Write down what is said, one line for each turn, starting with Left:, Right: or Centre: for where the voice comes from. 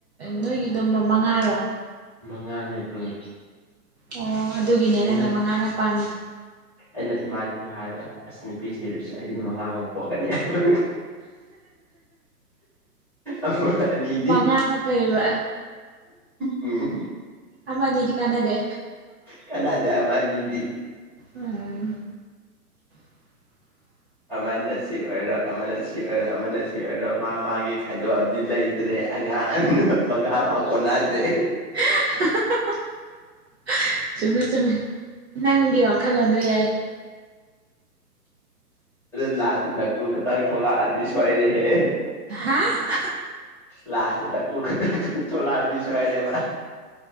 Right: ꯅꯣꯏꯒꯤꯗꯨ ꯃꯉꯥꯔꯣ
Centre: ꯃꯉꯥꯅꯦ ꯔ
Right: ꯑꯣ ꯑꯗꯨꯒꯤꯅꯦ ꯅꯪꯅ
Centre: ꯑꯩꯅ
Right: ꯃꯉꯥꯅ ꯄꯥꯝꯃꯤꯗꯣ
Centre: ꯑꯩꯅ ꯏꯃꯥꯥꯟ ꯑꯗꯨ ꯍꯥꯏꯕ ꯑꯁ ꯅꯨꯄꯤꯁꯤꯗꯁꯨ ꯑꯩꯗꯤ ꯃꯉꯥꯃꯨꯛ ꯄꯣꯛꯀꯅꯤ ꯍꯥꯏꯕ ꯑꯃ ꯑꯅꯤꯗꯤ
Right: ꯃꯉꯥꯅ ꯐꯩꯕ
Centre: ꯎꯝ
Right: ꯑꯃ ꯅꯗꯤ ꯀꯥꯟꯅꯥꯗꯦ
Centre: ꯀꯅꯥꯗ ꯃꯥꯅꯤꯗꯤ
Right: ꯎꯝ <unintelligible>
Centre: ꯑꯃꯅ ꯁꯤ ꯑꯣꯏꯔꯣ ꯑꯃꯅ ꯁꯤ ꯑꯣꯏꯔꯣ ꯑꯃꯅ ꯁꯤ ꯑꯣꯏꯔꯣ ꯃꯥ ꯃꯥꯒꯤ ꯈꯥꯏꯗꯣꯛꯑꯗꯤ ꯂꯩꯇ꯭ꯔꯦ ꯑꯉꯥꯡ ꯃ ꯉꯥ ꯐꯥꯎ ꯀꯅꯗ꯭ꯔꯦ
Right: <unintelligible> ꯆꯨꯝꯃꯦ ꯆꯨꯝꯃꯦ ꯅꯪꯒꯤ ꯋꯥꯈꯜꯂꯣꯟꯗꯣ ꯌꯥꯏ
Centre: ꯑꯗꯩ ꯂꯥꯛꯑꯁꯤꯦ ꯅꯛꯀꯨ ꯈꯛꯇꯪ ꯊꯣꯛꯂꯛꯑꯗꯤ ꯁꯣꯏꯔꯦꯍꯦ
Right: ꯍꯥ
Centre: ꯂꯥꯁ ꯊ ꯊ ꯊꯣꯛꯂꯑꯗꯤ ꯁ ꯍꯏꯔꯦꯕ